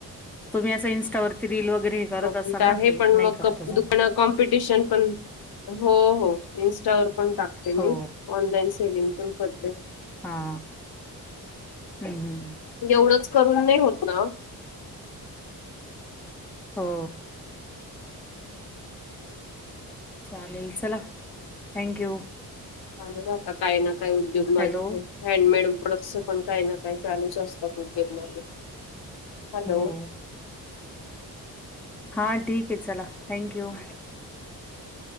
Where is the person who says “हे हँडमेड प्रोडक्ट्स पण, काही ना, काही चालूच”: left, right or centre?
Left